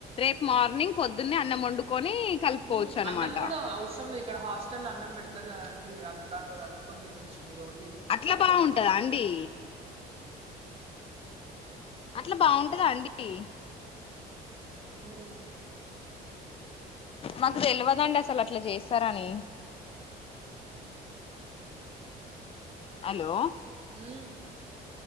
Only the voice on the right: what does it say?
హ్మ్
అన్నం కూడా అవసరం లేదు ఇక్కడ హాస్టల్ అన్నం పెడతారుకాందండి ఇగ దాంట్లో కలుపుకొని తినొచ్చు మీరు ఓన్లీ
పచ్చడి
తీసుకొస్తే
హుమ్మ్
మ్